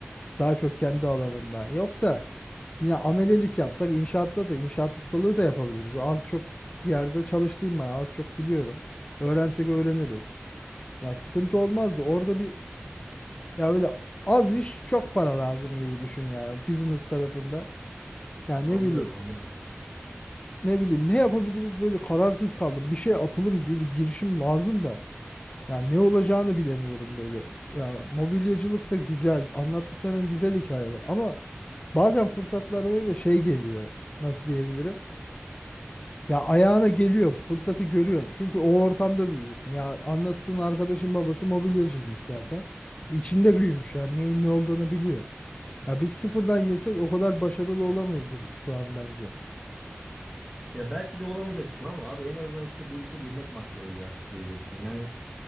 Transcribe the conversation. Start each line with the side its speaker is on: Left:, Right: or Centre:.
Left: daha çok kendi alanımdan. Yoksa yine amelelik yapsak inşaatta da inşaat ustalığı da yapabiliriz. Az çok bir yerde çalıştığım ben az çok biliyorum. Öğrensek öğreniriz. Ya sıkıntı olmazdı. Orada bir ya öyle az iş çok para lazım gibi düşün ya business tarafında. Ya ne
Centre: Anlıyorum
Left: bileyim
Centre: anlıyorum abi.
Left: ne bileyim ne yapabiliriz böyle kararsız kaldım. Bir şey atılım bir girişim lazım da. Ya ne olacağını bilemiyorum böyle. Ya mobilyacılık da güzel anlattıkların güzel hikayeler ama bazen fırsatlar öyle şey geliyor nasıl diyebilirim. Ya ayağına geliyor fırsatı görüyorsun çünkü o ortamda büyüyorsun. Ya anlattığın arkadaşın babası mobilyacıymış zaten. İçinde büyümüş yani neyin ne olduğunu biliyor. Ya biz sıfırdan girsek o kadar başarılı olamayız ya şu an bence.
Centre: Ya belki de olamayacaksın ama abi en azından işte bu işe girmek maksadıyla gireceksin. Yani